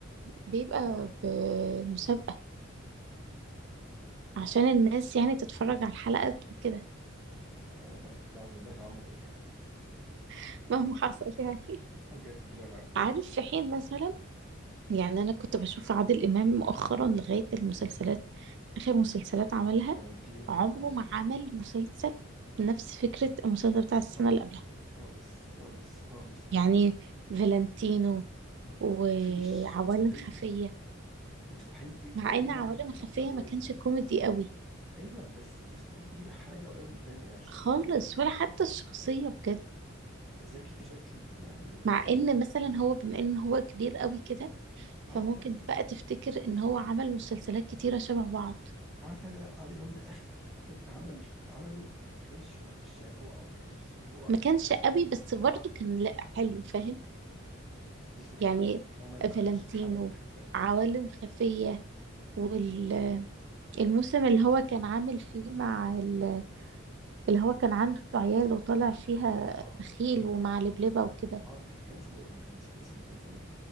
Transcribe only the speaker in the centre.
اه
آه
آه لا لا والله لو عمل ايه
آه، بجد لا لا من
فالنتينو
آه،
خالص
خالص خالص خالص خالص
مفيش مستحيل
مستحيل تجيب
تجيب
واحد حتى
قريب
ايوه بس مستحيل تجيب حاجه قريبه من التانيه يا شخص
يعني
ذكي بشكل يعني و...
و...
اه اه
اه لا لا لا عادل امام الاخر عمل عمله ما كانش وحش يعني هو اه ما كانش اللي هو
مستوى
عادل امام
بالظبط دي الفكره
كلها ان هو ما يتقارنش
بحاجه من الحاجات اللي احنا بنشوفها
دلوقتي
بالظبط
اه
كان جامد
اه ك- كان اسمه ايه انا نسيت اسم المسلسل ده